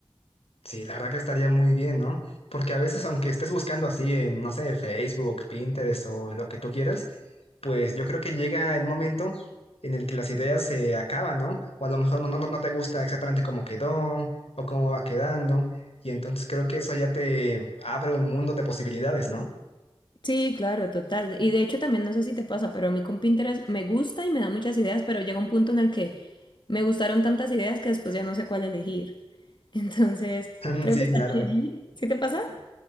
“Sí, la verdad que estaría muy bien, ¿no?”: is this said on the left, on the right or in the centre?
Left